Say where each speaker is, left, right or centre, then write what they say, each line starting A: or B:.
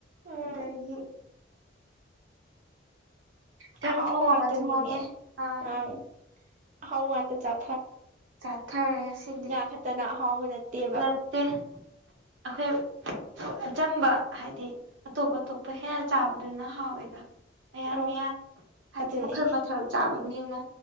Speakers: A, on the right; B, on the right.
A: ꯎꯝ
B: ꯑꯗꯒꯤ ꯆꯝꯊꯣꯡ
A: ꯍꯥꯎꯕ
B: ꯑꯃ
A: ꯃꯥꯇꯅꯤꯅꯦ
B: ꯊꯣꯡꯉꯦ ꯑꯥ
A: ꯑ ꯍꯥꯎ ꯃꯥꯇ ꯆ
B: ꯆꯥ ꯊꯔ ꯁꯤꯗꯤ
A: ꯈꯛꯇꯅ ꯑꯍꯥꯎꯕ ꯅꯠꯇꯦꯕ
B: ꯅꯠꯇꯦ ꯑꯩꯈꯣꯏ ꯑꯆꯝꯕ ꯍꯥꯏꯗꯤ ꯑꯇꯣꯞ ꯑꯇꯣꯞꯄ ꯍꯦꯟꯅ ꯆꯥꯕꯗꯨꯅ ꯍꯥꯎꯋꯦꯗ ꯃꯌꯥꯟ
A: ꯑꯧ
B: ꯃꯌꯥꯟ ꯍꯥꯏꯗꯤ
A: ꯑꯗꯨꯅꯦ
B: ꯃꯈꯜ ꯃꯊꯦꯜ ꯆꯥꯕꯗ ꯑꯗꯨꯅ ꯍꯦꯟꯅ